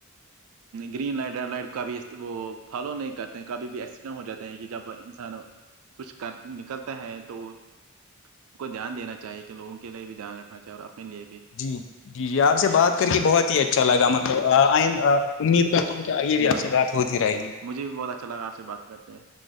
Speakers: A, on the right; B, on the left.
A: گرین لائٹ ریڈ لائٹ کبھی وہ فالو نہیں کرتے ہیں کبھی بھی ایکسیڈنٹ ہو جاتے ہیں کہ جب انسان کچھ کر نکلتا ہے تو ان کو دھیان دینا چاہیے کہ لوگوں کے لیے بھی دھیان رکھنا چاہے اور اپنے لیے بھی
B: جی جی جی آپ سے بات کر کے بہت ہی اچھا لگا مطلب آئند امید کا کی کیا یہ بھی
A: جی
B: آپ
A: بھائی
B: سے
A: جان
B: بات ہوتی رہے گی
A: مجھے بھی بہت اچھا لگا آپ سے بات کرتے ہیں